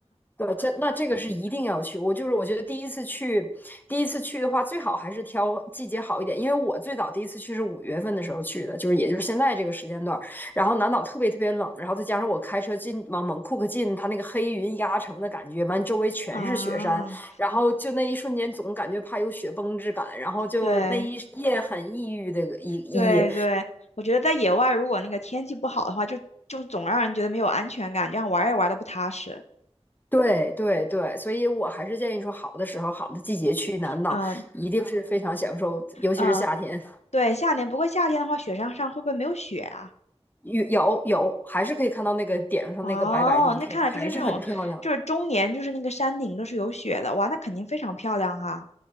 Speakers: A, on the left (about 15°); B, on the left (about 85°).
A: 对，这那这个是一定要去。我就是我觉得第一次去，第一次去的话，最好还是挑季节好一点。因为我最早第一次去是五月份的时候去的，就是也就是现在这个时间段然后南岛特别特别冷，然后再加上我开车进往猛库克进，它那个黑云压城的感觉，完周围全是雪山，
B: <laughs> 啊，
A: 然后就那一瞬间总感觉怕有雪崩之感，然后就那一夜很抑郁的一一
B: 对。对对，我觉得在野外，如果那个天气不好的话，就就总让人觉得没有安全感，这样玩儿也玩的不踏实。
A: 对对对，所以我还是建议说，好的时候、好的季节去南岛，
B: 嗯
A: 一定是非常享受，尤其是夏天，
B: 嗯，对，夏天。不过夏天的话，雪山上会不会没有雪啊？
A: 有有有，还是可以看到那个顶上那个白白的一片，
B: 哦，那看来就是那种，
A: 还是很漂亮。
B: 就是终年就是那个山顶都是有雪的，哇，那肯定非常漂亮哈。